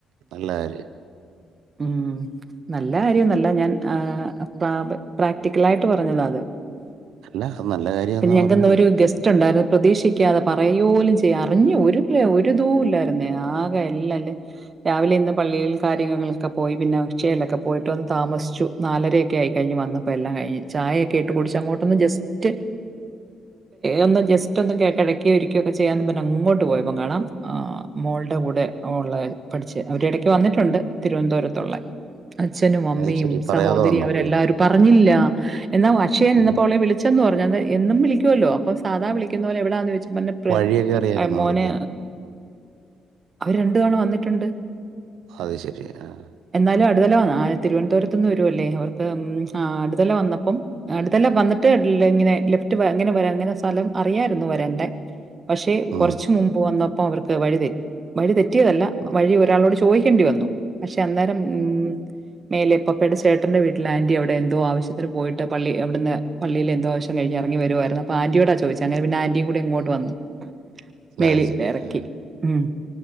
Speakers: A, on the right (about 80°); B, on the right (about 35°).
A: നല്ല കാ ര്യം
B: ഉം നല്ല കാര്യൊന്നല്ല ഞാൻ ആ പ പ്രാക്ടിക്കലായിട്ട് പറഞ്ഞതാ അത്
A: അല്ല അത് നല്ല കാര്യാന്നാ
B: പിന്നെ ഞങ്ങക്ക്
A: പറഞ്ഞത്
B: ഇന്ന് ഒരു ഗസ്റ്റ് ഉണ്ടായിരുന്നു. പ്രതീക്ഷിക്കാതെ പറയുക പോലും ചെയാതെ അറിഞ്ഞ് ഒരു ഒരിതും ഇല്ലായിരുന്നേ ആകെ അല്ല അല്ലേ രാവിലെ ഇന്ന് പള്ളിൽ കാര്യങ്ങളിലൊക്കെ പോയി പിന്നെ അക്ഷയയിലൊക്കെ പോയിട്ട് വന്ന് താമസിച്ചു നാലരയൊക്കെ ആയി കഴിഞ്ഞ് വന്നപ്പോ എല്ലാം കഴിഞ്ഞ് ചായയക്കെ ഇട്ട് കുടിച്ച് അങ്ങോട്ടൊന്ന് ജസ്റ്റ് ഒന്ന് ജസ്റ്റ് ഒന്ന് കിടക്കുകയോ ഇരിക്കുകയോ ഒക്കെ ചെയ്യാന്നും പറഞ്ഞ് അങ്ങോട്ട് പോയപ്പോ കാണാം മോളുടെ കൂടെ ഒള്ള പഠിച്ച അവര് എട ക്ക് വന്നിട്ടുണ്ട് തിരുവനന്തപുരത്തുള്ളേ അച്ഛനും അമ്മയും
A: അത് ശരി
B: സഹോദരിയും
A: പറയാതെ വന്നു
B: അവരെല്ലാരും
A: അവര്
B: പറഞ്ഞില്ല എന്നാ അക്ഷയിൽ നിന്നപ്പോ
A: ഉം.
B: അവളെ വിളിച്ചന്ന് പറഞ്ഞ് അ എന്നും വിളിക്കുവല്ലോ അപ്പൊ സാധാവിളിക്കുന്ന പോലെ എവിടാന്ന് ചോദിച്ച് വന്നപ്പോളെ
A: വഴിയൊക്കെ അറിയായിരുന്നു
B: മോനെ
A: അവർക്ക്
B: അവര് രണ്ട് തവണ വന്നിട്ടുണ്ട്
A: അത് ശരി ആഹ്
B: എന്നാലും അടുത്തല ആ തിരുവനന്തപുരത്ത് നിന്ന് വരുവല്ലേ അവർക്ക് ഉം ആ അടുതല വന്നപ്പം അടുതല വന്നിട്ട് ഇങ്ങനെ ലെഫ്റ്റ് ഇങ്ങനെ വരാ ഇങ്ങനെ സ്ഥലം അറിയായിരുന്നു വരണ്ടേ പക്ഷെ
A: ഉം,
B: കുറച്ച് മുമ്പ് വന്നപ്പോ അവർക്ക് വഴിതെ വഴിതെറ്റി തെറ്റിയതല്ല
A: ഉം,
B: വഴി ഒരാളോട് ചോ ചോയിക്കേണ്ടി വന്നു പക്ഷെ അന്നേരം ഉം മേലെ പപ്പയുടെ ചേട്ടന്റെ വീട്ടിൽ ആന്റി അവിടെ എന്തോ ആവശ്യത്തിന് പോയിട്ട് പള്ളി അവിടന്ന് പള്ളിലെന്തോ ആവശ്യം കഴിഞ്ഞ് ഇറങ്ങി വരുമായിരുന്നു അപ്പോ ആന്റിയോടാ ചോദിച്ചത് അങ്ങനെ പിന്നെ ആന്റിയും കൂടെ ഇങ്ങോട്ട് വന്നു മേളിൽ
A: അത് ശരി
B: ഇറക്കി
A: ആ
B: ഉം